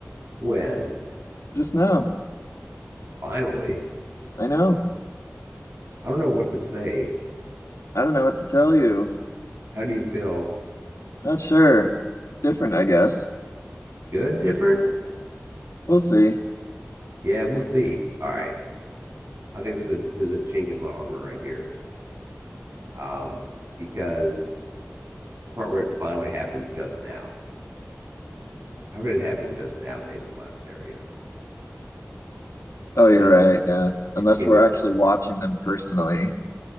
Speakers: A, on the right; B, on the left.
A: When?
B: just now.
A: Finally?
B: I know.
A: I don't know what to say.
B: I don't know what to tell you.
A: How do you feel?
B: Not sure. Different, I guess.
A: Good? Different?
B: We'll see.
A: Yeah, we'll see. All right. I think there's a there's a chink in my armor right here. Um, because the part where it finally happened just now. How could it happen just now based on my scenario?
B: Oh, you're
A: I,
B: right. Yeah.
A: it
B: Unless
A: became
B: we're
A: a
B: actually watching them personally.